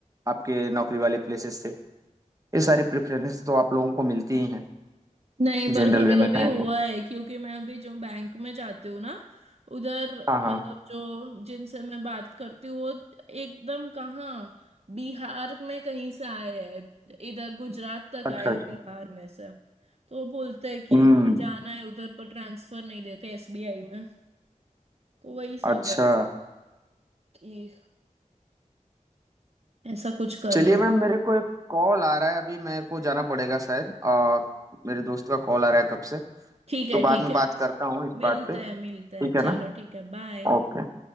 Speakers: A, on the right (about 25°); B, on the right (about 50°).
A: आपके नौकरी वाले प्लेसेस से ये सारी प्रेफरेंस तो आप लोगों को मिलती ही हैं
B: नहीं
A: जनरल
B: पर कभी
A: वे
B: कभी
A: में कहें
B: हुआ
A: तो
B: है क्योंकि मैं अभी जो बैंक में जाती हूँ ना उधर
A: हाँ हाँ
B: मतलब जो जिनसे मैं बात करती हूँ वो एकदम कहाँ बिहार में कहीं से आए हैं इधर गुजरात तक
A: अच्छा
B: आए हैं
A: अच्छा
B: बिहार में से तो वो बोलते हैं कि
A: हम्म
B: हमें जाना है उधर पर ट्रांसफर नहीं देते एसबीआई में तो वही सब
A: अच्छा
B: है कि ऐसा कुछ करना
A: चलिए
B: है
A: मैम मेरे को एक कॉल आ रहा है अभी मेरे को जाना पड़ेगा शायद अ, मेरे दोस्त का कॉल आ रहा है कब से
B: ठीक है
A: तो बाद
B: ठीक
A: में
B: है
A: बात करता हूँ इस
B: मिलते
A: बात पे ठीक
B: हैं मिलते हैं चलो
A: है ना
B: ठीक है बाय
A: ओके